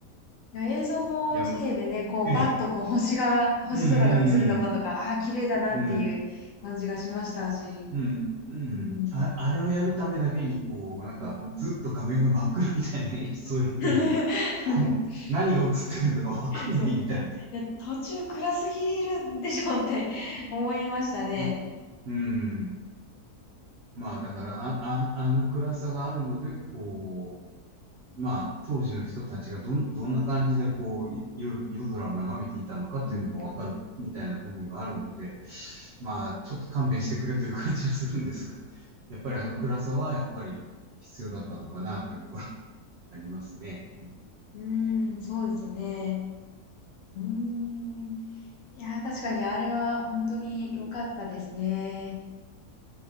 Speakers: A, on the left; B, on the right.
A: いや、映像も綺麗でね、
B: いや、ま、
A: こう、
B: ええ。
A: バッとこう、星が、星空が映るとことか、
B: うんうん
A: ああ、綺麗だなっていう感じがしましたし。
B: うん。うん。うん、うん。
A: うん。
B: あ、あれをやるためだけに、こう、なんか、ずっと画面が真っ暗みたいな演出をやってるんで、
A: <laughs>
B: こう、何が映ってるんだかわかんないみたいな。
A: そう。いや、途中暗すぎるでしょって思いましたね。
B: うん、うん。まあ、だから、あ、あ、あの暗さがあるので、こう、まあ、当時の人たちがどん、どんな感じで、こう、夜、夜空を眺めていたのかっていうのがわかるみたいな部分があるので、
A: うん
B: まあ、ちょっと勘弁してくれという感じはするんですが、やっぱりあの暗さは、やっぱり必要だったのかなというのがありますね。うん。
A: うん、うーん、そうですよね。うーん。いやー、確かにあれは本当に良かったですね。